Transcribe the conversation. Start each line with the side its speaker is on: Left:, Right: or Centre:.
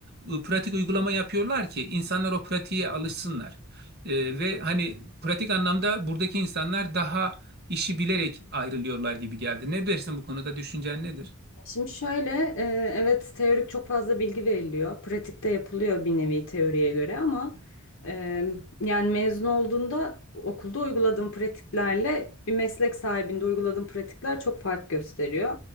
Right: ıı, pratik uygulama yapıyorlar ki insanlar o pratiğe alışsınlar. Ee, ve hani pratik anlamda buradaki insanlar daha işi bilerek ayrılıyorlar gibi geldi. Ne dersin bu konuda? Düşüncen nedir?
Left: Şimdi şöyle, e, evet teorik çok fazla bilgi veriliyor. Pratikte yapılıyor bir nevi teoriye göre ama e, yani mezun olduğunda okulda uyguladığım pratiklerle bir meslek sahibinde uyguladığım pratikler çok fark gösteriyor.